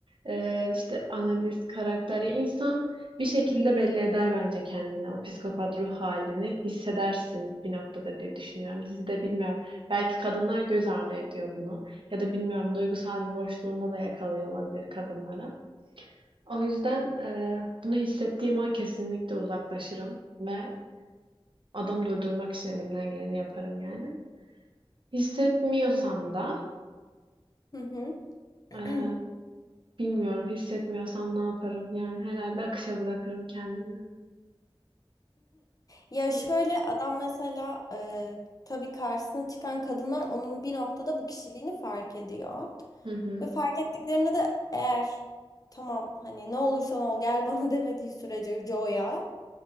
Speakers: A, on the right (about 60°); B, on the left (about 40°).
A: e, işte analiz, karakter. Ya insan bir şekilde belli eder bence kendini. O psikopat ruh halini hissedersin bir noktada diye düşünüyorum. Dizide bilmiyorum. Belki kadınlar göz ardı ediyor bunu. Ya da bilmiyorum duygusal bir boşluğunda da yakalıyor olabilir kadınları. O yüzden e, bunu hissettiğim an kesinlikle uzaklaşırım ve adamı durdurmak için elimden geleni yaparım yani. Hissetmiyorsam da
B: Hı hı. <clears throat>
A: e, bilmiyorum hissetmiyorsam ne yaparım? Yani herhalde akışa bırakırım kendimi.
B: Ya
A: Hı
B: şöyle adam mesela e, tabii karşısına çıkan kadınlar onun bir noktada bu kişiliğini fark ediyor.
A: hı. hı.
B: Ve fark ettiklerinde de eğer tamam hani ne olursan ol gel bana <laughs> demediği sürece Joe'ya